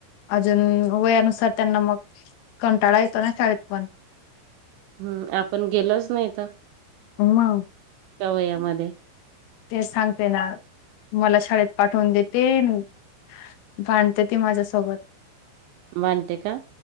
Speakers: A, on the left; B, on the right.
A: अजून वयानुसार त्यांना मग कंटाळा येतो ना शाळेत पण.
B: हम्म, आपण गेलोच नाही तर,
A: मा
B: त्या वयामध्ये
A: तेच सांगते ना. मला शाळेत पाठवून देते अन भांडते ती माझ्यासोबत.
B: भांडते का.